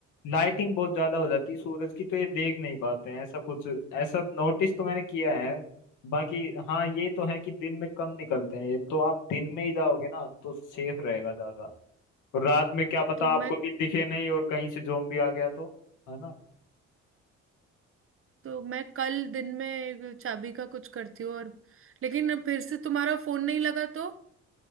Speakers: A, on the left (about 85°); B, on the right (about 45°).
A: लाइटिंग बहुत ज्यादा हो जाती है सूरज की तो ये देख नहीं पाते हैं ऐसा कुछ ऐसा नोटिस तो मैंने किया है बाकी हाँ ये तो है कि दिन में कम निकलते हैं ये तो आप दिन में ही जाओगे ना तो सेफ रहेगा ज्यादा और रात में क्या पता
B: तो मैं
A: आपको भी दिखे नहीं और कहीं से जोम्बी आ गया तो है ना
B: तो मैं कल दिन में चाबी का कुछ करती हूँ और लेकिन अब फिर से तुम्हारा फोन नहीं लगा तो